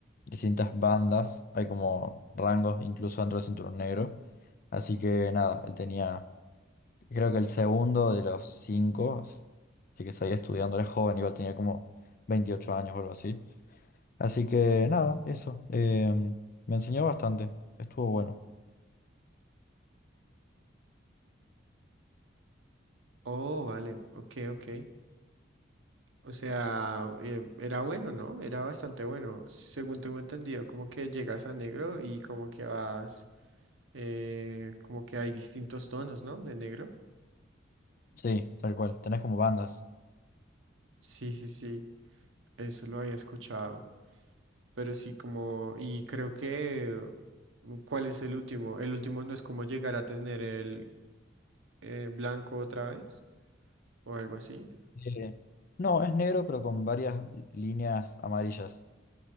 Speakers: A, on the left; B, on the right.
A: distintas bandas, hay como rangos incluso dentro del cinturón negro, así que nada, él tenía, creo que el segundo de los cinco, así que seguía estudiando, era joven, igual tenía como 28 años o algo así. Así que nada, eso. eh, me enseñó bastante. Estuvo bueno.
B: Oh, vale, ok, ok. O sea, eh, era bueno, ¿no? Era bastante bueno. Según tengo entendido, como que llegas a negro y como que vas, eh, como que hay distintos tonos, ¿no? De negro.
A: Sí, tal cual. Tenés como bandas.
B: Sí, sí, sí, eso lo había escuchado. Pero sí, como, y creo que, mm, ¿cuál es el último? El último no es como llegar a tener el eh, blanco otra vez o algo así.
A: Eh, no, es negro, pero con varias líneas amarillas.